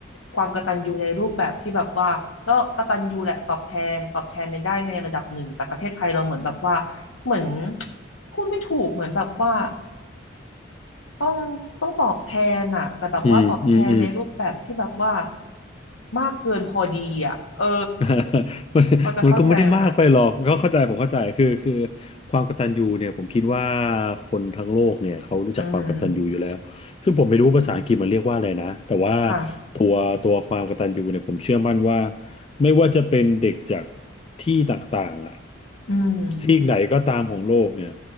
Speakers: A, on the left; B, on the left.
A: ความกตัญญูในรูปแบบที่แบบว่าก็กตัญญูแหละตอบแทนตอบแทนในได้ในระดับหนึ่งแต่ประเทศไทยเราเหมือนแบบว่าเหมือนพูดไม่ถูกเหมือนแบบว่าต้องต้องตอบแทนอ่ะแต่แบบว่าตอบแทนในรูปแบบที่แบบว่า
B: อืมอืมอืม
A: มากเกินพอดีอ่ะเออ
B: <laughs> มันมันก็ไม่ได้มากไปหรอกก็เข้าใจผมเข้าใจคือคือ
A: พอจะเข้าใจไหมคะ
B: ความกตัญญูเนี่ยผมคิดว่าคนทั้งโลกเนี่ยเขารู้จักความกตัญญูอยู่แล้วซึ่งผมไม่รู้ว่าภาษาอังกฤษมันเรียกว่าอะไรนะแต่ว่า
A: อืมค่ะ
B: ตัวตัวความกตัญญูเนี่ยผมเชื่อมั่นว่าไม่ว่าจะเป็นเด็กจากที่ต่างๆอ่ะ
A: อืม
B: ซีกไหนก็ตามของโลกเนี่ย